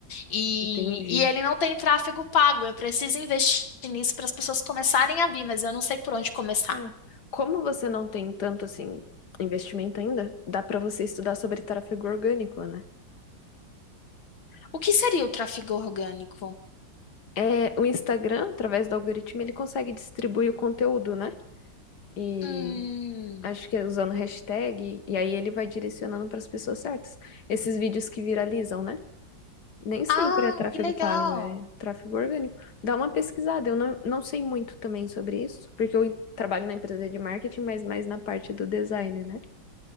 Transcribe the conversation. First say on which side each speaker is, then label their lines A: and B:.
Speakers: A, on the left; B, on the left.
A: E,
B: entendi.
A: e ele não tem tráfego pago. Eu preciso investir nisso para as pessoas começarem a vir, mas eu não sei por onde começar.
B: É. Como você não tem tanto assim investimento ainda, dá para você estudar sobre tráfego orgânico, né?
A: O que seria o tráfego orgânico?
B: É, o Instagram, através do algoritmo, ele consegue distribuir o conteúdo, né? E
A: Hum.
B: acho que é usando hashtag, e aí ele vai direcionando para as pessoas certas. Esses vídeos que viralizam, né? Nem sempre
A: Ah,
B: é tráfego
A: que legal.
B: pago, é tráfego orgânico. Dá uma pesquisada, eu não, não sei muito também sobre isso, porque eu trabalho na empresa de marketing, mas mais na parte do design, né?